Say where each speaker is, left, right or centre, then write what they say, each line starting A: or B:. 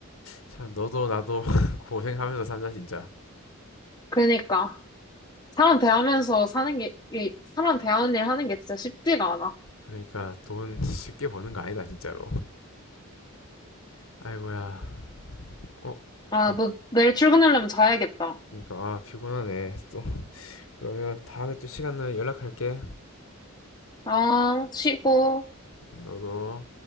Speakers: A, on the left; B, on the left.
A: 참 너도 나도 <laughs> 고생하면서 산다 진짜.
B: 그러니까 사람 대하면서 사는 게, 이 사람 대하는 일 하는 게 진짜 쉽지가 않아.
A: 그러니까 돈 쉽게 버는 거 아니다 진짜로. 아이고야. 어,
B: 아,
A: 잠깐.
B: 너 내일 출근하려면 자야겠다.
A: 그러니까 아, 피곤하네. 또 그러면 다음에 또 시간 나면 연락할게.
B: 아, 쉬고.
A: 음, 너도.